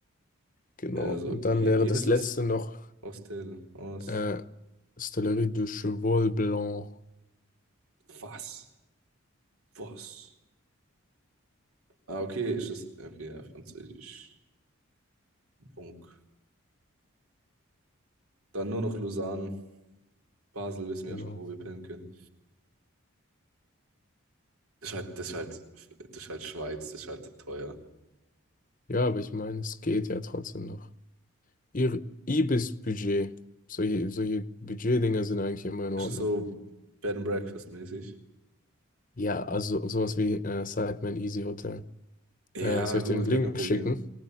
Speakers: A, on the left (about 40°); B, on the right (about 85°).
A: Genau.
B: Also,
A: Und
B: wie,
A: dann wäre
B: wie
A: das
B: heißt
A: letzte
B: das?
A: noch
B: Hostel, Hostelier.
A: äh, Stellerie de Cheval Blanc.
B: Was? Was? Ah, okay, ist es. Okay, ja, Französisch. Bunk. Dann nur noch Lausanne. Basel wissen wir
A: Genau.
B: ja schon, wo wir pennen können. Das ist halt, das ist halt, das ist halt Schweiz, das ist halt teuer.
A: Ja, aber ich meine, es geht ja trotzdem noch. Ihr Ibis-Budget. Solche, solche Budgetdinger sind eigentlich immer in
B: Ist
A: Ordnung.
B: es so Bed and Breakfast mäßig?
A: Ja, also sowas wie äh, Sidemen Easy Hotel.
B: Ja,
A: Äh, soll
B: gut,
A: ich den Link
B: gar kein Problem.
A: schicken?